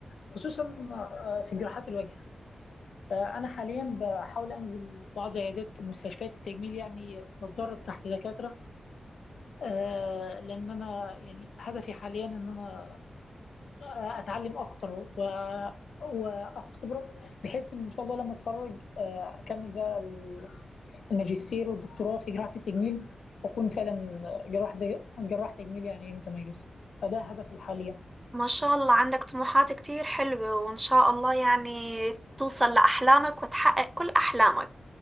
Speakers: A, on the left; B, on the right.
A: خصوصا آه، في جراحات الوجه فأنا حاليا بحاول أنزل بعض عيادات ومستشفيات التجميل يعني بتدرب تحت دكاترة آه، لأن أنا يعني هدفي حاليا إن أنا آه، اتعلم اكتر و... واخد خبره بحيث ان ان شاء الله لما اتخرج آه، اكمل بقى ال- الماجستير والدكتوراه في جراحه التجميل واكون فعلا جراح د- جراح تجميل يعني متميز فده هدفي الحالي ان
B: ما شاء الله عندك طموحات كتير حلوة وإن شاء الله يعني توصل لأحلامك وتحقق كل أحلامك